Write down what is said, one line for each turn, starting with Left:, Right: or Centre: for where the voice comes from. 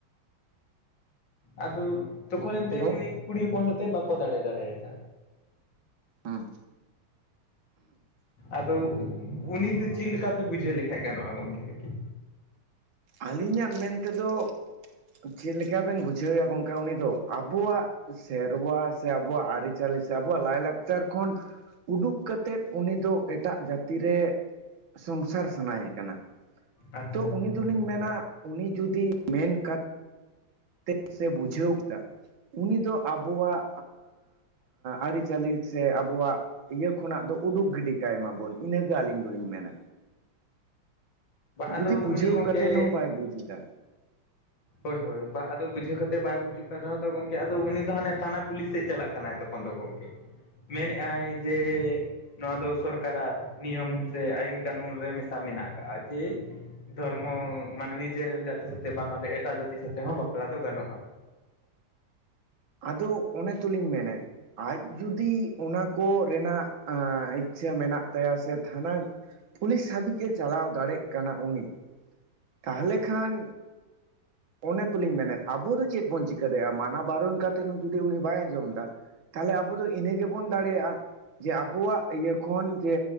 Left: ᱟᱫᱚ ᱛᱚᱠᱷᱚᱱᱛᱮ
Right: ᱜᱚᱝ
Left: ᱩᱱᱤ ᱠᱩᱲᱤ ᱦᱚᱯᱚᱱ ᱥᱟᱛᱮᱜ ᱵᱟᱠᱚ ᱫᱟᱲᱮ ᱫᱟᱲᱮᱭᱟᱫᱟ
Right: ᱦᱮᱸ
Left: ᱟᱫᱚ ᱩᱱᱤ ᱫᱚ ᱪᱮᱫᱠᱟ ᱞᱮᱠᱟᱛᱮ ᱵᱩᱡᱷᱟᱹᱣ ᱞᱮᱠᱷᱟᱡ ᱜᱟᱱᱚᱜᱼᱟ ᱜᱚᱢᱠᱮ᱾ ᱠᱟᱹᱴᱤᱡ
Right: ᱟᱹᱞᱤᱧᱟᱜ ᱢᱮᱱᱛᱮᱫᱚ ᱪᱮᱫᱠᱟᱵᱮᱱ ᱵᱩᱡᱷᱟᱹᱣᱭᱟ ᱜᱚᱝᱠᱮ ᱩᱱ ᱫᱚ ᱟᱵᱚᱣᱟᱜ ᱥᱮᱨᱣᱟ ᱥᱮ ᱟᱵᱚᱣᱟᱜ ᱟᱹᱨᱤᱪᱟᱹᱞᱤ ᱥᱮ ᱟᱵᱚᱣᱟᱜ ᱞᱟᱭᱞᱟᱠᱪᱟᱨ ᱠᱷᱚᱱ ᱩᱰᱩᱠ ᱠᱟᱛᱮᱫ ᱩᱱᱤ ᱫᱚᱚ ᱮᱴᱟᱜ ᱡᱟᱹᱛᱤ ᱨᱮ ᱥᱚᱝᱥᱟᱨ ᱥᱟᱱᱟᱭᱮ ᱠᱟᱱᱟ
Left: ᱟᱪᱪᱷᱟ
Right: ᱛᱚ
Left: ᱟᱪᱪᱷᱟ
Right: ᱩᱱᱤ ᱫᱚᱞᱤᱧ
Left: ᱥᱮ ᱛᱮ
Right: ᱢᱮᱱᱟ ᱩᱱᱤ ᱡᱩᱫᱤ ᱢᱮᱱ ᱠᱟᱛᱮ ᱛᱮ ᱥᱮ ᱵᱩᱡᱷᱟᱹᱣ ᱠᱮᱫᱟ ᱩᱱᱤ ᱫᱚ ᱟᱵᱚᱣᱟᱜ ᱟᱹᱨᱤᱪᱟᱹᱞᱤ ᱥᱮ ᱟᱵᱚᱣᱟᱜ ᱤᱭᱟᱹ ᱠᱷᱚᱱᱟᱜ ᱫᱚ ᱩᱰᱩᱠ ᱜᱤᱰᱤ ᱠᱟᱭᱢᱟᱵᱚᱱ ᱤᱱᱟᱹᱜᱮ ᱟᱹᱞᱤᱧ ᱫᱚᱞᱤᱧ ᱢᱮᱱᱟ ᱡᱩᱫᱤ
Left: ᱟᱫᱚ
Right: ᱵᱩᱡᱷᱟᱹᱣ
Left: ᱩᱱᱤ ᱜᱚᱢᱠᱮ
Right: ᱠᱟᱛᱮᱫ ᱦᱚᱸ ᱵᱟᱭ ᱵᱩᱡ ᱮᱫᱟ
Left: ᱦᱳᱭ ᱦᱳᱭ ᱟᱫᱚ ᱵᱩᱡᱷᱟᱹᱣ ᱠᱟᱛᱮ ᱵᱟᱭ ᱵᱩᱡᱩᱜ ᱠᱟᱱ ᱨᱮᱦᱚᱸ ᱛᱚ ᱜᱚᱢᱠᱮ ᱟᱫᱚ ᱩᱱᱤ ᱫᱚ ᱦᱟᱱᱮ ᱛᱷᱟᱱᱟ ᱯᱩᱞᱤᱥ ᱥᱮᱫ ᱪᱟᱞᱟᱜ ᱠᱟᱱᱟᱭ ᱛᱚ ᱵᱚᱱᱫᱚ ᱜᱚᱢᱠᱮ ᱢᱮᱱᱮᱫ ᱟᱭ ᱡᱮ ᱱᱚᱣᱟ ᱫᱚ ᱥᱚᱨᱠᱟᱨᱟᱜ ᱱᱤᱭᱚᱢ ᱥᱮ ᱟᱹᱤᱱ ᱠᱟᱹᱱᱩᱱ ᱨᱮ ᱢᱮᱥᱟ ᱢᱮᱱᱟᱜ ᱟᱠᱟᱫᱼᱟ ᱡᱮ ᱫᱷᱚᱨᱢᱚ ᱢᱟᱱᱮ ᱱᱤᱡᱮᱨᱮᱱ ᱡᱟᱹᱛᱤ ᱥᱟᱛᱮᱜ ᱵᱟᱝ ᱟᱛ ᱮᱴᱟᱜ ᱡᱟᱹᱛᱤ ᱥᱟᱛᱮᱜ ᱦᱚᱸ ᱵᱟᱯᱞᱟ ᱫᱚ ᱜᱟᱱᱚᱜᱼᱟ
Right: ᱟᱫᱚ ᱚᱱᱮ ᱛᱩᱞᱤᱧ ᱢᱮᱱᱮᱫ ᱟᱡ ᱡᱩᱫᱤ ᱚᱱᱟ ᱠᱚ ᱨᱮᱱᱟᱜ ᱤᱪᱷᱟᱹ ᱢᱮᱱᱟᱜ ᱛᱟᱭᱟ ᱥᱮ ᱛᱷᱟᱱᱟ ᱯᱩᱞᱤᱥ ᱦᱟᱹᱵᱤᱡᱼᱮ ᱪᱟᱞᱟᱣ ᱫᱟᱲᱮᱜ ᱠᱟᱱᱟ ᱩᱱᱤ ᱛᱟᱦᱚᱞᱮ ᱠᱷᱟᱱ ᱚᱱᱮ ᱛᱞᱤᱧ ᱢᱮᱱᱮᱫ ᱟᱵᱚ ᱫᱚ ᱪᱮᱫ ᱵᱚᱱ ᱪᱤᱠᱟᱹ ᱫᱟᱲᱮᱭᱟᱜᱼᱟ ᱢᱟᱱᱟ ᱵᱟᱨᱚᱱ ᱠᱟᱛᱮᱫ ᱦᱚᱸ ᱡᱩᱫᱤ ᱩᱱᱤ ᱵᱟᱭ ᱟᱸᱡᱚᱢ ᱫᱟ? ᱛᱟᱦᱞᱮ ᱟᱵᱚ ᱫᱚ ᱤᱱᱟᱹ ᱜᱮᱵᱚᱱ ᱫᱟᱲᱮᱭᱟᱜᱼᱟ ᱡᱮ ᱟᱵᱚᱣᱟᱜ ᱤᱭᱟᱹ ᱠᱷᱚᱱ ᱡᱮ